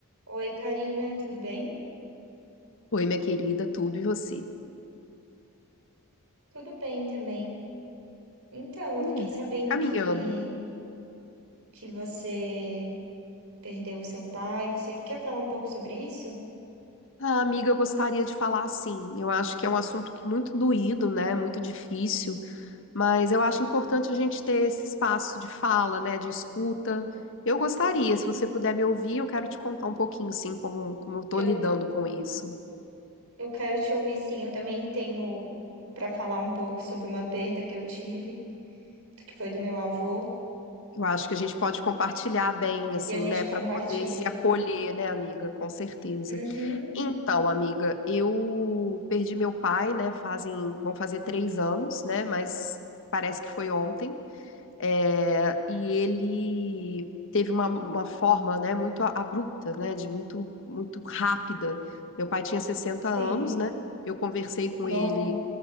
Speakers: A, on the right; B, on the left.
A: Oi, Karina, tudo bem?
B: Oi, minha querida, tudo e você?
A: Tudo bem também. Então, eu
B: É.
A: fiquei sabendo
B: Caminhando.
A: que, que você perdeu o seu pai. Você quer falar um pouco sobre isso?
B: Ah, amiga, eu gostaria de falar assim. Eu acho que é um assunto que muito doído, né? Muito difícil, mas eu acho importante a gente ter esse espaço de fala, né? De escuta. Eu gostaria, se você puder me ouvir, eu quero te contar um pouquinho, assim, como, como eu tô
A: Eu,
B: lidando com isso.
A: eu quero te ouvir, sim. Eu também tenho para falar um pouco sobre uma perda que eu tive, que foi do meu avô,
B: Eu acho que a gente pode compartilhar bem, assim,
A: e a gente
B: né?
A: compartilha.
B: Para poder se acolher, né, amiga? Com certeza.
A: Uhum,
B: Então, amiga, eu perdi meu pai, né? Fazem, vão fazer três anos, né? Mas parece que foi ontem. É, e ele teve uma, uma forma, né? Muito a- abrupta, né? De muito, muito rápida. Meu pai tinha sessenta
A: sim.
B: anos, né? Eu conversei com ele
A: Novo.